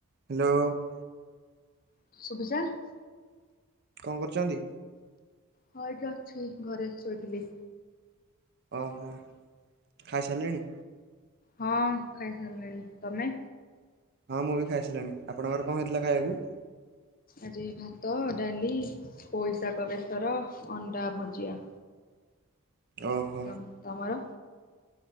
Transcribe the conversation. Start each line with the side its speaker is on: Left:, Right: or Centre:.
Right: <inaudible>
Left: <unintelligible>
Right: କ'ଣ କରୁଚନ୍ତି?
Left: ହଁ ଏଇଠି ଅଛି, ଘରେ ଶୋଇଥିଲି।
Right: ଓହୋ ଖାଇସାରିଲିଣି?
Left: ହଁ ଖାଇସାରିଲିଣି। ତମେ?
Right: ହଁ ମୁଁ ବି ଖାଇସିଲିଣି ଆପଣଙ୍କର କଣ ହେଇଥିଲା ଖାଇବାକୁ?
Left: ଆଜି ଭାତ ଡାଲି ପୋଇଶାଗ ବେସର ଅଣ୍ଡା ଭୁଜିଆ।
Right: ଓହୋ।
Left: ତମ ତମର?